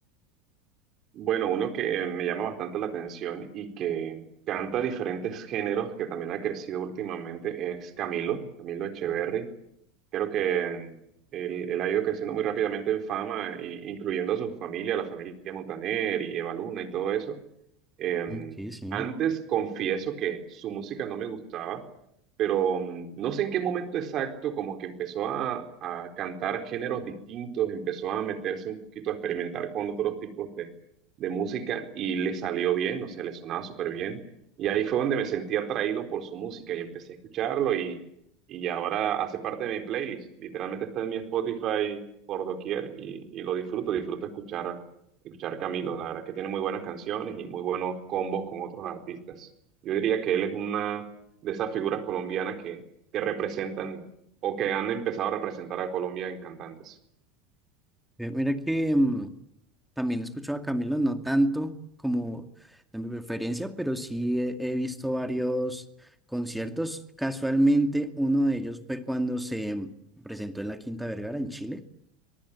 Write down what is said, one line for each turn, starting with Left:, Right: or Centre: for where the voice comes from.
Right: Bueno, uno que me llama bastante la atención y que canta diferentes géneros que también ha crecido últimamente es Camilo, Camilo Echeverry Creo que él, él ha ido creciendo muy rápidamente en fama, i- incluyendo a su familia, la familia Montaner y Eva Luna y todo eso. Eh,
Centre: Ok, sí.
Right: antes confieso que su música no me gustaba, pero mm, no sé en qué momento exacto como que empezó a, a cantar géneros distintos, empezó a meterse un poquito a experimentar con otros tipos de, de música y le salió bien, o sea, le sonaba súper bien. Y ahí fue donde me sentí atraído por su música y empecé a escucharlo y ahora hace parte de mi playlist. Literalmente está en mi Spotify por doquier y, y lo disfruto, disfruto escuchar, escuchar Camilo. La verdad que tiene muy buenas canciones y muy buenos combos con otros artistas. Yo diría que él es una de esas figuras colombianas que, que representan o que han empezado a representar a Colombia en cantantes.
Centre: Eh, mira que mm, también he escuchado a Camilo, no tanto como de mi preferencia, pero sí he, he visto varios conciertos. Casualmente, uno de ellos fue cuando se presentó en la Quinta Vergara en Chile.